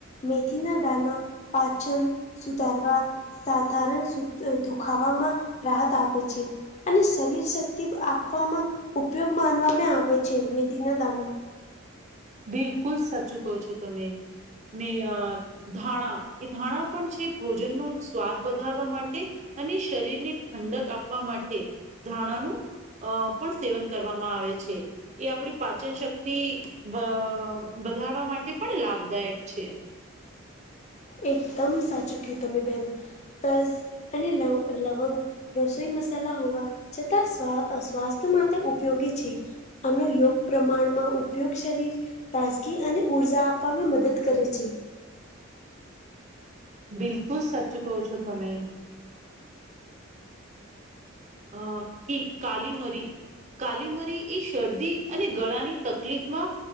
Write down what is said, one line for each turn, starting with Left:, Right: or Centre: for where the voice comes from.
Left: મેથીના દાના પાચન સુધારવા સાધારણ સુ દુખાવામાં રાહત આપે છે. અને શરીર શક્તિ આપવામાં ઉપયોગ માનવામાં આવે છે મેથીના દાણા.
Right: બિલકુલ સાચું કહો છો તમે. મે અ ધાણા એ ધાણા પણ છે ભોજનનો સ્વાદ વધારવા માટે અને શરીરને ઠંડક આપવા માટે ધાણાનું અ પણ સેવન કરવામાં આવે છે એ આપણી પાચન શક્તિ બ વધારવા માટે પણ લાભદાયક છે.
Left: એકદમ સાચું કીધું તમે બેન. તસ અને લ લવંગ. રસોઈ મસાલા હોવા છતાં સા સ્વાસ્થ્ય માત્ર ઉપયોગી છે. એનું યોગ પ્રમાણમાં ઉપ ઉપયોગ શરીર તાજગી અને ઉર્જા આપવામાં મદદ કરે છે.
Right: બિલકુલ સાચું કહો છો તમે. હહ કી કાલી મરી. કાલી મરી એ શરદી અને ગળાની તકલીફમાં